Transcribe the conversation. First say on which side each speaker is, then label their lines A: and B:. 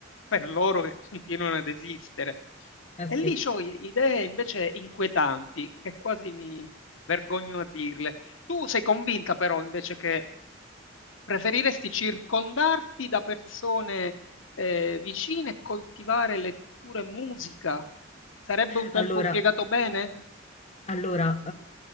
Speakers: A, on the left; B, on the left.
A: per loro che <laughs> continuano ad esistere.
B: Ah
A: E
B: sì.
A: lì ho idee invece inquietanti, che quasi mi vergogno a dirle. Tu sei convinta però invece che preferiresti circondarti da persone eh, vicine e coltivare lettura e musica? Sarebbe un tempo
B: Allora.
A: impiegato bene?
B: Allora,